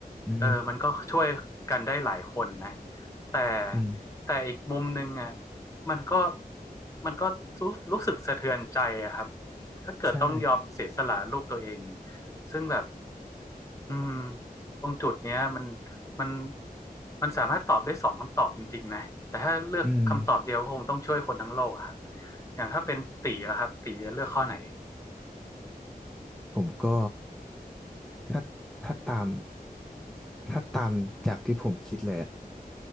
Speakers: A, in the centre; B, on the left.
A: อื
B: เออมันก็ช่วยกันได้หลายคนนะ
A: ม
B: แต่
A: อืม
B: แต่อีกมุมหนึ่งอ่ะ มันก็มันก็รู้รู้สึกสะเทือนใจอะครับถ้าเกิดต้องยอมเสียสละลูกตัวเอง
A: ใช่
B: ซึ่งแบบอืมตรงจุดเนี้ยมันมันมันสามารถตอบได้สองคำตอบจริงๆนะแต่ถ้าเลือกคำตอบเดียวก็คงต้องช่วยคนทั้งโลกอะครับ
A: อืม
B: อย่างถ้าเป็นตีแล้วครับตีจะเลือกข้อไหน
A: ผมก็ถ้าถ้าตามถ้าตามจากที่ผมคิดเลยอะ